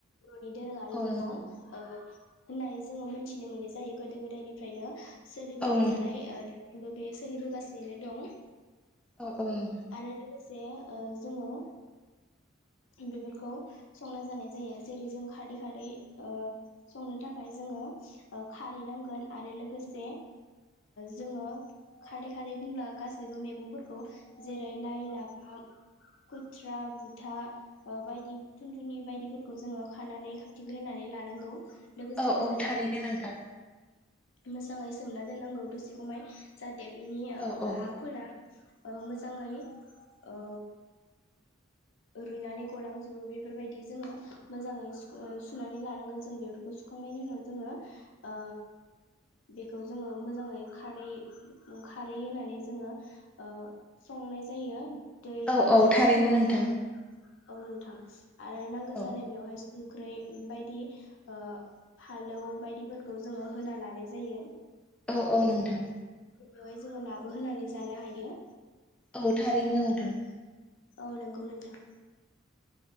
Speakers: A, on the left; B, in the centre.
A: बर'नि दोरोङारि
B: औ
A: मैगं।
B: नोंथां
A: होननानै जोंङो मोनथिनो मोननाय जायो गोदो गोदायनिफ्रायनो सोलिबोबाय
B: औ नोंथां
A: थानाय ओ बे सोलिबोगासिनो दं।
B: औ औ नोंथां
A: आरो लोगोसे जोंङो बेफोरखौ संना जानाय जायो जेरै जों खारदै खारदै ओ संनो थाखाय जोंङो ओ खारै नांगोन आरो लोगोसे जोंङो खारदै खारदै बुंब्ला गासैबो मैगंफोरखौ जेरै लाइ लाफा खुथ्रा बुथा ओ बायदि थुनथुनि बायदिफोरखौ जोंङो खानानै खाबथिग्रोनानै लानांगौ लोगोसे
B: औ औ
A: जोंङो
B: थारैनो
A: बेफोरखौ
B: नोंथां
A: मोजाङै सोमना दोननांगौ दसे खमाय जाहाथे बिनि
B: औ औ
A: हाफोरा ओ मोजाङै ओ रुइनानै गलांजोबो बेफोरबायदि जोंङो मोजाङै सुओ सुनानै लानांगोन जों बे सुखांनायनि उनाव जोंङो ओ बेखौ जोंङो मोजाङै खारै खारै होनानै जोंङो ओ संनाय जायो दै
B: औ
A: आरो
B: औ थारैनो
A: लोगोसे खारै।
B: नोंथां
A: औ नोंथां आरो नांगौ
B: औ
A: जानाय बेवहाय संख्रै बायदि ओ फालौ बायदिफोरखौ जोंङो होना लानाय जायो।
B: औ औ नोंथां।
A: बेवहाय जोंङो नाबो होनानै जानो हायो।
B: औ थारैनो नोंथां।
A: औ नंगौ नोंथां।